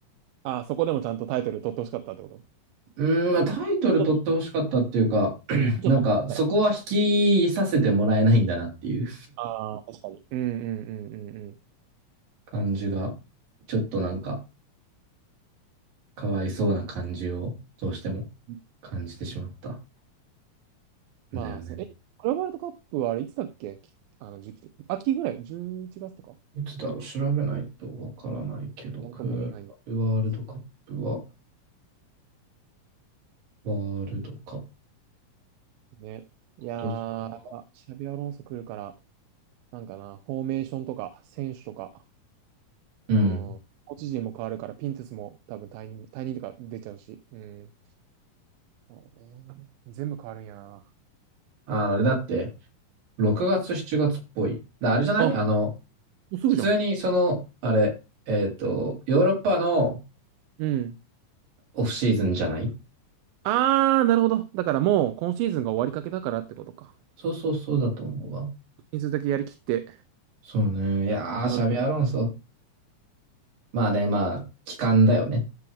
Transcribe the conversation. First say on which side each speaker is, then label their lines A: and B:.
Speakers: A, on the right; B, on the right.
A: あ、そこでもちゃんとタイトル取ってほしかったってこと
B: うーん、まあ、
A: それ、
B: タイトル取ってほしかったっていうか、
A: ちょっとち
B: <clears throat>
A: ょっと長かったら。
B: なんか、そこは引きさせてもらえないんだなっていう
A: ああ、確かに。うんうんうんうんうん。
B: 感じが、
A: 確か
B: ちょっとなんか、かわいそうな感じを、どうしても
A: に。
B: 感じてしまった
A: まあ、
B: んだよね。
A: そう、え、クラブワールドカップはあれいつだっけきあの時期。秋ぐらい ?11 月とか
B: いつだろう、調べないとわからないけど、
A: なんとも言えないんですよ
B: クーラブワールドカップは、ワールドカップ、
A: ね。いや
B: 今年は。
A: ー、やっぱ、シャビアロンソ来るから、なんかな、フォーメーションとか、選手とか、
B: うん。
A: うん、コーチ陣も変わるから、ピンテスも多分退任、退任とか出ちゃうし、うん。そうね。全部変わるんやな。
B: あ、あれだって、6月、7月っぽい。だあれじゃないあの、
A: あ、もうすぐじゃん。
B: 普通にその、あれ、えっと、ヨーロッパの、
A: うん。
B: オフシーズンじゃない
A: あー、なるほど。だからもう、今シーズンが終わりかけだからってことか。
B: そうそうそうだと思うわ。
A: 人数だけやりきって、
B: そうね。いやー、
A: アンチェロッティ
B: シャビアロンソ。まあね、まあ、期間だよね。